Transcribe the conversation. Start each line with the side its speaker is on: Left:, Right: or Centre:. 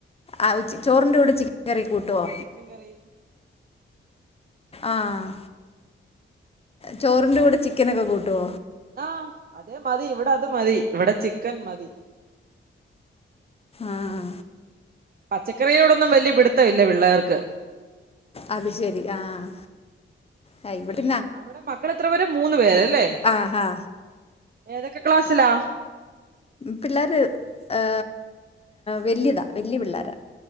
Left: ആഹ് ചോറിൻ്റെ കൂടെ ചിക്കൻ കറി കൂട്ടുവോ
Right: ചിക്കൻ കറി
Left: ആഹ്
Right: പിന്നെ
Left: ചോറിൻ്റെ കൂടെ ചിക്കനൊക്കെ കുട്ടോ
Right: ആഹ് അതെ മതി ഇവിടെ അത് മതി ഇവിടെ ചിക്കൻ മതി
Left: ആഹ്
Right: പച്ചക്കറിയോടൊന്നും വലിയ പിടുത്തല്ല പിള്ളേർക്ക്
Left: അത് ശരി ആഹ് ആഹ് ഇവിടെ
Right: അവിടെ മക്കൾ എത്ര പേര മൂന്ന് പേരല്ലേ
Left: ആ ഹാ
Right: ഏതൊക്കെ ക്ലാസ്സിലാ
Left: പിള്ളേർ ഏ വലിയതാ വലിയ പിള്ളേരാ